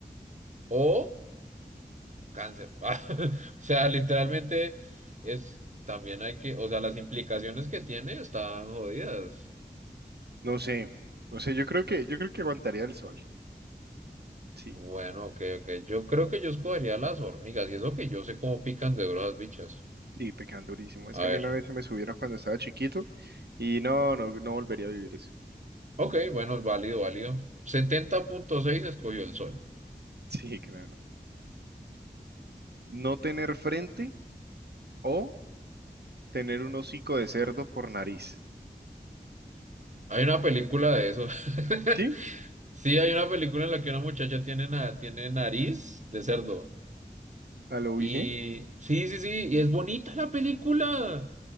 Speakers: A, on the right; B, on the right.
A: o cáncer. <laughs> Ah, O sea, literalmente es, también hay que, o sea, las implicaciones que tiene están jodidas.
B: No sé, no sé, yo creo que, yo creo que aguantaría el sol. Sí,
A: Bueno, ok, ok. Yo creo que yo escogería las hormigas y eso que yo sé cómo pican de duras las bichas.
B: sí, pecando durísimo. Es
A: A
B: que
A: ver.
B: a mí una vez se me subieron cuando estaba chiquito y no, no, no volvería a vivir eso.
A: Ok, bueno, es válido, válido. setenta punto seis escogió el sol.
B: <laughs> Sí, claro. No tener frente o tener un hocico de cerdo por nariz.
A: Hay una película de eso. <laughs>
B: Sí,
A: Sí, hay una película en la que una muchacha tiene, na- tiene nariz de cerdo.
B: a lo
A: Y
B: dije.
A: sí, sí, sí, y es bonita la película.